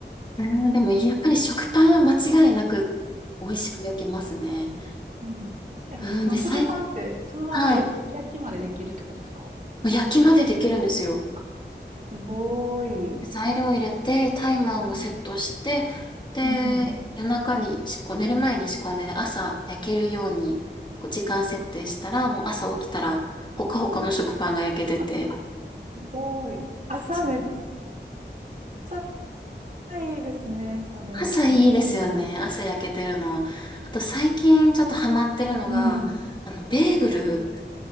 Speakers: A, on the left; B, on the right.
A: うーん、でもやっぱり食パンは間違いなく美味しく焼けますね。
B: うん。え、
A: うん、
B: もう食パンってそのまま焼、
A: で、最後、はい。
B: 焼きまでできるってことですか
A: 焼きまでできるんですよ。
B: あ、すごい。
A: 材料入れて、タイマーもセットして、
B: うん。
A: で、
B: うんうん。
A: 夜中にし、こう寝る前に仕込んで、で朝焼けるように、こう時間設定したら、もう朝起きたら、ほかほかの食パンが焼けてて、
B: あ、すごい。朝めっ
A: そう。
B: ちゃいいですね、それ、
A: 朝いいですよね。
B: 焼けてるの。
A: 朝焼けてるの。あと最近ちょっとハマってるのが、
B: うん。
A: あの、ベーグル